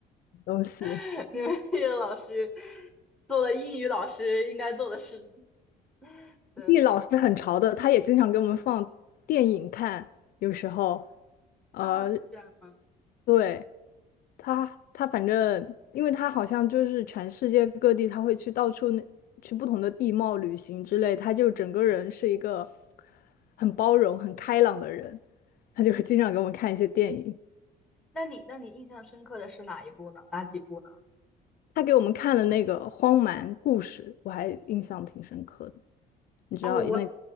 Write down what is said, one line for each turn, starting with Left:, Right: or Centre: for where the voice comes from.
Left: 东西。
Centre: <laughs> 你们这个老师做了英语老师应该做的事情。对
Left: 地理老师很潮的，他也经常给我们放电影看，有时候，呃，
Centre: 啊，是这样吗？
Left: 对，他他反正，因为他好像就是全世界各地，他会去到处那去不同的地貌旅行之类，他就整个人是一个很包容、很开朗的人，他就会经常给我们看一些电影。
Centre: 那你那你印象深刻的是哪一部呢？哪几部呢？
Left: 他给我们看了那个《荒蛮故事》，我还印象挺深刻的。你知道那个
Centre: 哦，我